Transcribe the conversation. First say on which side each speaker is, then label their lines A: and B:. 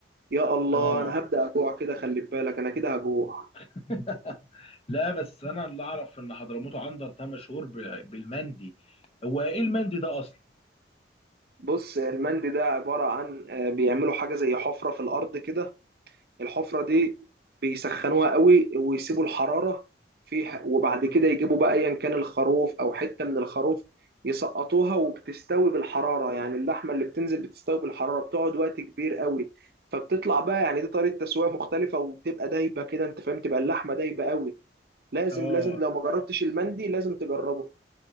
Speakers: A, on the right; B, on the left.
A: يا الله
B: اه
A: انا هبدا اجوع كده خلي بالك انا كده هجوع
B: <laughs> لا بس انا اللي اعرف ان حضرموت عنتر ده مشهور ب- بالمندي هو ايه المندي ده اصلا
A: بص المندي ده عباره عن آه، بيعملوا حاجه زي حفره في الارض كده الحفرة دي بيسخنوها قوي ويسيبوا الحرارة فيها وبعد كده يجيبوا بقى ايا كان الخروف او حتة من الخروف يسقطوها وبتستوي بالحرارة يعني اللحمة اللي بتنزل بتستوي بالحرارة بتقعد وقت كبير قوي فبتطلع بقى يعني دي طريقة تسوية مختلفة وبتبقى دايبة كده انت فاهم تبقى اللحمة دايبة قوي لازم
B: اه
A: لازم لو ما جربتش المندي لازم تجربه